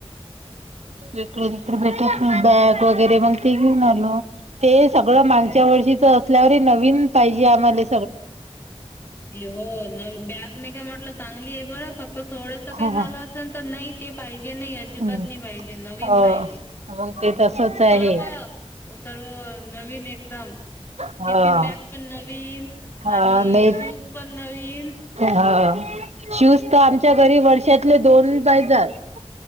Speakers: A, on the right (about 80°); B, on the left (about 20°).
A: इकडे तिकडे भेटत नाही, बॅग वगैरे मग ते घेऊन आलो. ते सगळं मागच्या वर्षीच असल्यावर नवीन पाहिजे आम्हाले.
B: हो न बॅग नाही काय म्हटलं चांगली आहे बर फक्त थोडस काही
A: हा
B: झालं
A: हा
B: तर नाही ते पाहिजे नाही अजिबात
A: हम्म
B: नाही पाहिजे नवीन
A: हो
B: पाहिजे
A: मग ते तसच
B: सर्व
A: आहे
B: सर्व नवीन एकदम
A: हा
B: टिफिन बॅग पण नवीन
A: हा
B: आणि
A: नाही
B: शूज पण नवीन
A: हा शूज तर आमच्या घरी वर्षातले दोन पाहिजात